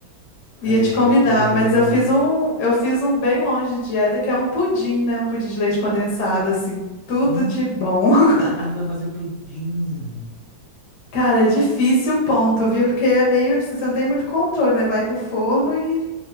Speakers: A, on the left (about 65°); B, on the left (about 80°).
A: ia
B: Fazer
A: te
B: dieta
A: convidar,
B: é horrível.
A: mas eu fiz um, eu fiz um bem longe de dieta, que é um pudim, né? Um pudim de leite condensado, assim, tudo
B: Hum,
A: de bom.
B: você
A: <laughs>
B: aprendeu a fazer pudim.
A: Cara, é difícil o ponto, viu? Porque é meio, assim, você não tem muito controle, né? Vai pro forno e